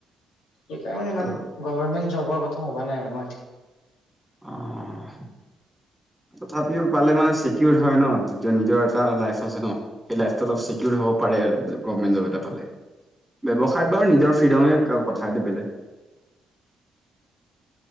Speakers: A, on the left (about 85°); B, in the centre.
A: সেইকাৰণে ইমান
B: ত
A: গভমেণ্ট জবৰ কথা ভবা নাই আৰু মই।
B: অ', তথাপিও পালে মানে চিকিউৰ হয় ন নিজৰ এটা লাই আছে ন সেই লাইটো অলপ চিকিউৰ হ'ব পাৰে গভমেণ্ট জব এটা পালে। ব্যবসায়ত বাৰু নিজৰ ফ্ৰীডমে কথা এইটো বেলেগ।